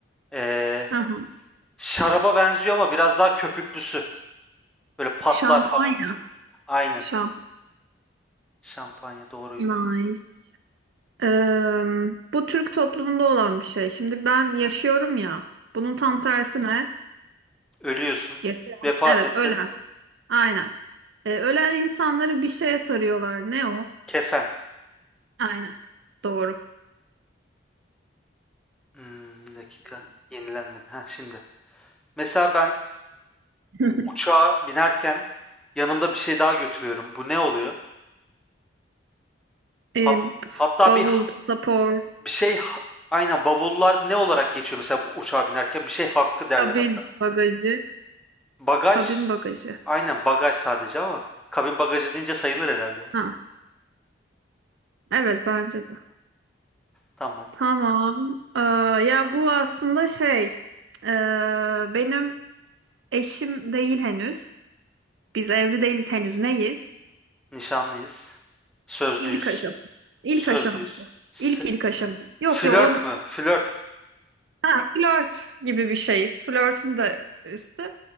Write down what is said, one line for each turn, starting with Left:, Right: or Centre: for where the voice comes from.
Centre: Ee,
Right: Hı hı.
Centre: şaraba benziyor ama biraz daha köpüklüsü. Böyle patlar
Right: Şampanya.
Centre: falan. Aynen.
Right: Şampanya.
Centre: Şampanya doğruydu.
Right: Nice. Eee, bu Türk toplumunda olan bir şey. Şimdi ben yaşıyorum ya. Bunun tam tersi ne?
Centre: Ölüyorsun.
Right: Yaşayan.
Centre: Vefat
Right: Evet,
Centre: ettin.
Right: ölen. Aynen. Eee, ölen insanları bir şeye sarıyorlar. Ne o?
Centre: Kefen.
Right: Aynen. Doğru.
Centre: Hmm, bir dakika. Yenilenmedi. Ha şimdi. Mesela ben
Right: <laughs>
Centre: uçağa binerken yanımda bir şey daha götürüyorum. Bu ne oluyor?
Right: Eee
Centre: Hat- hatta
Right: bavul,
Centre: bir
Right: pasaport.
Centre: bir şey aynen bavullar ne olarak geçiyor mesela uçağa binerken bir şey hakkı derler
Right: Kabin
Centre: hatta.
Right: bagajı.
Centre: Bagaj
Right: Kabin bagajı.
Centre: aynen bagaj sadece ama kabin bagajı deyince sayılır herhalde. ya.
Right: Ha, evet bence de.
Centre: Tamam.
Right: Tamam. Ee, ya bu aslında şey ee, benim eşim değil henüz. Biz evli değiliz henüz. Neyiz?
Centre: Nişanlıyız. Sözlüyüz.
Right: İlk aşaması. İlk
Centre: Sözlüyüz.
Right: aşaması.
Centre: S-
Right: İlk ilk aşama. Yok
Centre: flört
Right: yok on
Centre: mü? Flört.
Right: ha, flört gibi bir şeyiz. Flörtün de üstü.